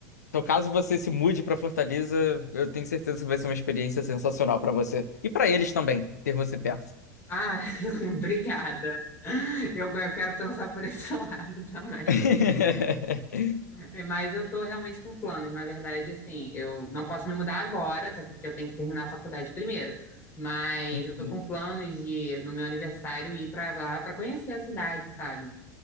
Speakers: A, on the left (about 70°); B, on the left (about 25°).
A: Então, caso você se mude para Fortaleza, eu tenho certeza que vai ser uma experiência sensacional para você. E para eles também, ter você perto.
B: Ah, <laughs> obrigada. Eu, eu quero pensar por esse <laughs> lado também.
A: <laughs>
B: É, Mas eu tô realmente com planos. Na verdade, assim, eu não posso me mudar agora, até porque eu tenho que terminar a faculdade primeiro. Mas
A: Uhum.
B: eu tô com planos de, no meu aniversário, ir pra lá pra conhecer a cidade, sabe?